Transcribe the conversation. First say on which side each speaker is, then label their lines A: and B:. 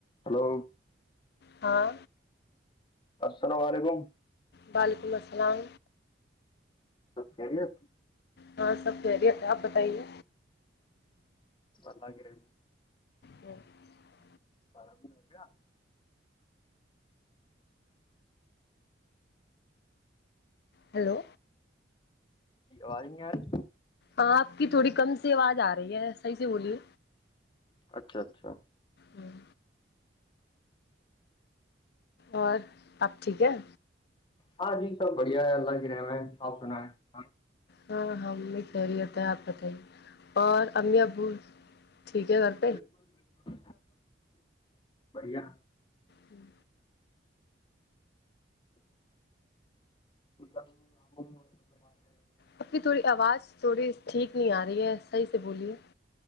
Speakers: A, on the left; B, on the left.
A: Hello
B: ہاں
A: السلام علیکم
B: وعلیکم السلام
A: سکری اتی
B: ہاں سب خہریت ہے آپ بتائیے
A: نلہ گ رہ
B: او <unintelligible> <inaudible>
A: براب د ہو گیا
B: ہیلو
A: ج آوازیں نہیں یاری
B: آپ کی تھوڑی کم سی آواز آ رہی ہے صحیح سے بولیے
A: اچھا اچھا
B: ہوں اور اب ٹھیک ہے
A: ہاں جی سب بڑھیا ہے اللہ کی رحم ہے آپ سنا ہے
B: ہاں ہاں امی کہہری ہوتا ہے آپ بتائیے اور امی ابو ٹھیک ہے گ
A: بالکل بالکل بڑیا
B: ہوں
A: ب ہم مطل بات کریں گے
B: اب کی تھوڑی آواز تھوڑی ٹھیک نہیں آ رہی ہے صحیح سے بولیے